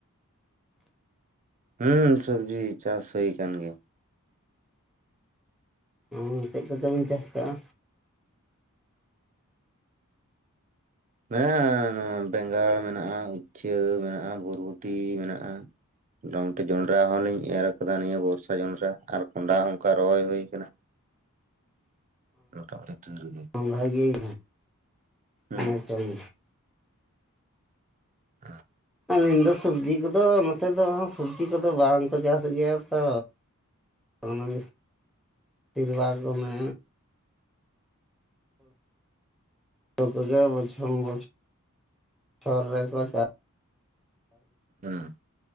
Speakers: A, on the right; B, in the centre.
A: ᱦᱩᱸ ᱥᱚᱵᱽᱡᱤ ᱪᱟᱥ ᱦᱩᱭ ᱠᱟᱱ ᱜᱮᱭᱟ᱾
B: ᱟ ᱪᱮᱫ ᱠᱚᱪᱚ ᱵᱤᱱ ᱪᱟᱥ ᱟᱠᱟᱫᱼᱟ?
A: ᱢᱮᱱᱟᱜᱼᱟ, ᱱᱚᱣᱟ ᱵᱮᱸᱜᱟᱲ ᱢᱮᱱᱟᱜᱼᱟ, ᱩᱪᱪᱟᱹ ᱢᱮᱱᱟᱜᱼᱟ, ᱵᱚᱨᱵᱚᱴᱤ ᱢᱮᱱᱟᱜᱼᱟ᱾ ᱢᱚᱴᱟᱢᱩᱴᱤ ᱡᱚᱸᱰᱨᱟ ᱦᱚᱸᱞᱤᱧ ᱮᱨ ᱟᱠᱟᱫᱟ ᱱᱤᱭᱟᱹ ᱵᱚᱨᱥᱟ ᱡᱚᱸᱰᱨᱟ ᱟᱨ ᱠᱚᱸᱰᱦᱟ ᱦᱚᱸ ᱚᱱᱠᱟ ᱨᱚᱦᱚᱭ ᱦᱩᱭ ᱟᱠᱟᱱᱟ᱾ ᱠᱟᱠ ᱨᱮ ᱜᱮ
B: ᱵᱷᱟᱜᱤᱭ
A: ᱦᱩᱸ
B: ᱱᱟ ᱱᱤᱛᱚᱝ
A: ᱟ
B: ᱟᱹᱞᱤᱧ ᱫᱚ ᱥᱚᱵᱽᱡᱤ ᱠᱚᱫᱚ ᱱᱚᱛᱮ ᱫᱚ ᱥᱚᱵᱽᱡᱤ ᱠᱚᱫᱚ ᱵᱟᱝᱠᱚ ᱪᱟᱥ ᱜᱮᱭᱟ ᱛᱚ ᱚᱱᱟ ᱵᱤᱥᱤᱨ ᱵᱷᱟᱜᱽ ᱫᱚ ᱢᱮ ᱟᱨ ᱵᱚᱪᱷᱚᱨ ᱵᱚᱪᱷᱚᱨ ᱨᱮᱠᱚ ᱪᱟᱥ
A: ᱦᱩᱸ